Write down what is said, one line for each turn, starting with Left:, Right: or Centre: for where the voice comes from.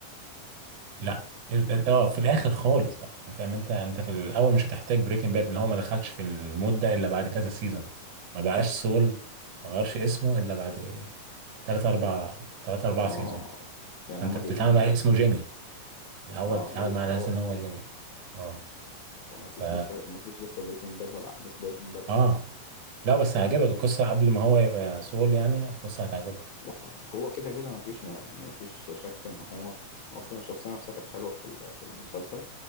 Right: لا ال- ال-
Left: يعني
Right: اه في الاخر خالص بقى يعني فاهم انت انت في الاول مش هتحتاج بريكنج باد ان هو ما دخلش في المود ده الا بعد كذا سيزون ما بقاش سول ما غيرش اسمه الا بعد تلات اربع تلات اربع
Left: اه
Right: سيزون
Left: يعني
Right: فانت
Left: هم
Right: بتتعامل
Left: جايبينهم
Right: مع اسمه
Left: من من-
Right: جيمي الاول
Left: اه
Right: بتتعامل
Left: جايبينهم
Right: مع
Left: من
Right: ناس
Left: الاول
Right: ان
Left: خالص
Right: هو جيمي
Left: يعني
Right: اه
Left: فما فيش
Right: ف
Left: لسه ما فيش لسه بريكنج باد ولا احداث بريكنج باد اساسا
Right: اه لا بس هيعجبك
Left: آه.
Right: القصه قبل ما هو يبقى سول يعني القصه هتعجبك
Left: لا هو كده كده ما فيش ما يعني ما فيش شك ان هو اصلا الشخصيه نفسها كانت حلوه في ال- في المسلسل